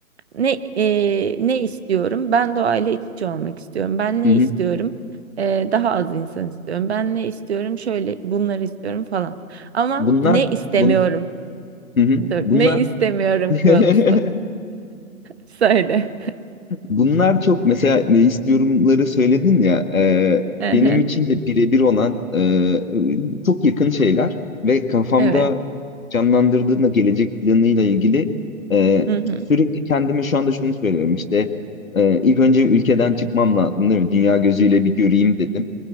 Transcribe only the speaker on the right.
ne e, ne istiyorum? Ben doğayla iç içe olmak istiyorum. Ben ne
istiyorum? E, daha az insan istiyorum. Ben ne istiyorum? Şöyle bunları istiyorum falan. Ama
ne istemiyorum?
Dur,
ne istemiyorum
konusu. <laughs> Söyle.
Ehe,
Evet.
Hı hı.